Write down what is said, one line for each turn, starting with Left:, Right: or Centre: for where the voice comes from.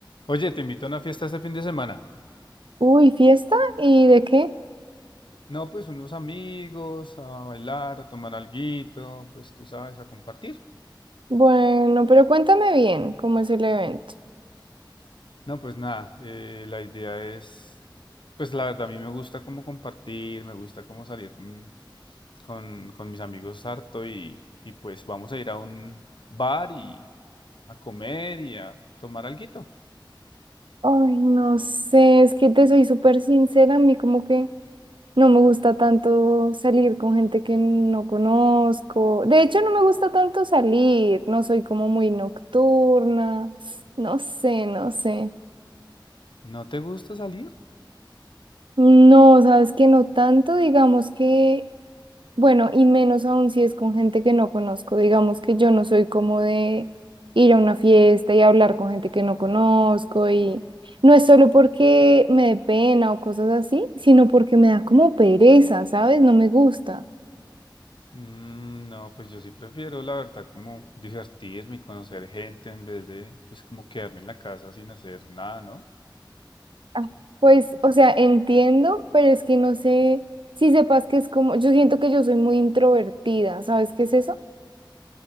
Left: Oye, te invito a una fiesta este fin de semana.
Right: Uy, ¿fiesta? ¿Y de qué?
Left: No, pues unos amigos, a bailar, a tomar alguito, pues tú sabes, a compartir.
Right: Bueno, pero cuéntame bien cómo es el evento.
Left: No, pues nada, eh, la idea es, pues la verdad a mí me gusta como compartir, me gusta como salir con, con, con mis amigos harto y, y pues vamos a ir a un bar y a comer y a tomar alguito.
Right: Ay, no sé, es que te soy súper sincera, a mí como que no me gusta tanto salir con gente que no conozco. De hecho, no me gusta tanto salir, no soy como muy nocturna, no sé, no sé.
Left: ¿No te gusta salir?
Right: No, sabes que no tanto, digamos que Bueno, y menos aún si es con gente que no conozco. Digamos que yo no soy como de ir a una fiesta y hablar con gente que no conozco y no es solo porque me dé pena o cosas así, sino porque me da como pereza, ¿sabes? No me gusta.
Left: Mm, No, pues yo sí prefiero, la verdad, como divertirme y conocer gente en vez de, pues, como quedarme en la casa sin hacer nada, ¿no?
Right: Ah, Pues, o sea, entiendo, pero es que no sé si sepas que es como, yo siento que yo soy muy introvertida, ¿sabes qué es eso?